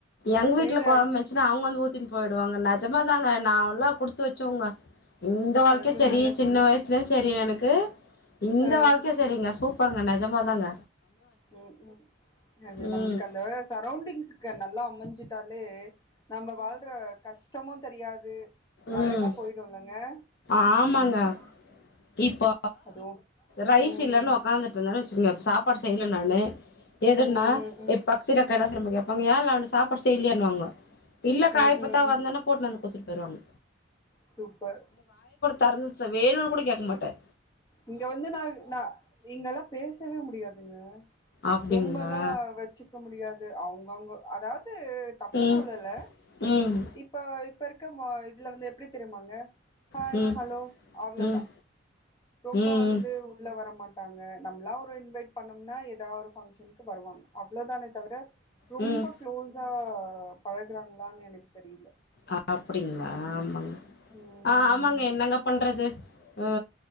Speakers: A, on the left; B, on the left.
A: எங்க வீட்டுல
B: ஏங்க
A: குழம்பு வச்சுனா அவங்க வந்து ஊத்தி தின் போயிடுவாங்க நெஜமா தாங்க நான் எல்லாம் கொடுத்து வச்சவங்க இந்த வாழ்க்கைய
B: நெஜமாங்க
A: சரி சின்ன வயசுலும் சரி எனக்கு இந்த
B: ஆ
A: வாழ்க்கை சரிங்க சூப்பருங்க நெஜமா தாங்க
B: உம் உம் அது
A: ம்
B: நம்மளுக்கு அந்த சரௌண்டிங்ஸ் நல்லா அமைஞ்சிட்டாலே நம்ம வாழ்ற கஷ்ட கஷ்டமும் தெரியாது
A: உம்
B: அழகா போயிடுல்லங்க
A: ஆமாங்க
B: ம்
A: இப்போ
B: அதுவு
A: ரைஸ்
B: ம்
A: இல்லேன்னு உக்காந்துட்டு இருந்தேனு வச்சுக்குங்க சாப்பாடு செய்யல நானு எதுன்னா
B: ம் ம் ம்
A: இ பக்திலே கடை கேப்பாங்க ஏலே அவ சாப்பாடு செய்யலையானுவாங்க இல்லேக்கா
B: ம்
A: இப்பத்தா
B: ம் ம்
A: வந்தேன்னா போட்டு வந்து கொடுத்துரு ரம்
B: சூப்பர்
A: தர்ந்துச்ச வேணும்ன்னனு கூட கேட்க மாட்டேன்
B: இங்க வந்து ந ந நீங்கெல்லாம் பேசவே முடியாதுங்க
A: அப்டிங்களா
B: ரொம்ப எல்லாம் வச்சுக்க முடியாது அது அவங்கவுங்க அதாவது து தப்பு
A: ம்
B: சொல்லல ம்ச்
A: ம்
B: இப்ப இப்பருக்க ம இதுல வந்து எப்பிடி தெரியுமாங்க ஹாய்
A: ம்
B: ஹலோ அவ்ளோதா
A: ம்
B: ரொம்ப
A: ம்
B: வந்து உள்ளல வரமாட்டாங்க நம்மளா ஒரு இன்வைட் பண்ணும்னா ஏதாவது ஒரு பங்க்ஷனுக்கு வருவாங்க அவ்வளவுதானே தவிர ரொம்ப
A: ம் ம்
B: க்ளோஸா பழகுறாங்களான்னு எனக்கு தெரியில
A: அ அப்படிங்களா ஆமாங்க
B: ம்
A: ஆ ஆமாங்க என்னங்க பண்றது ஆ